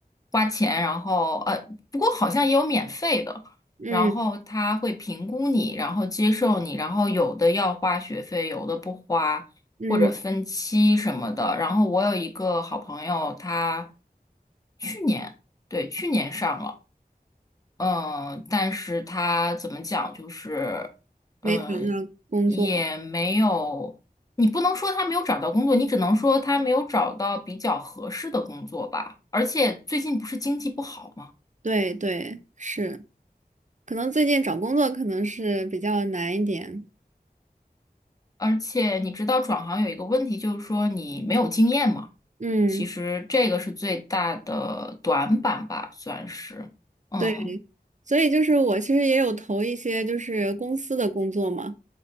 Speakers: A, on the left; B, on the right.
A: 花钱，然后呃，不过好像也有免费的，
B: 嗯
A: 然后他会评估你，然后接受你，然后有的要花学费，有的不花。
B: 嗯，
A: 或者分期什么的。然后我有一个好朋友，他去年，对，去年上了，嗯，但是他怎么讲，就是，嗯，
B: 没找到工作。
A: 也没有，你不能说他没有找到工作，你只能说他没有找到比较合适的工作吧。而且最近不是经济不好吗？
B: 对对，是，可能最近找工作可能是比较难一点。
A: 而且你知道转行有一个问题，就是说你没有经验嘛。
B: 嗯，
A: 其实这个是最大的短板吧，算是。嗯
B: 对，所以就是我其实也有投一些就是公司的工作嘛，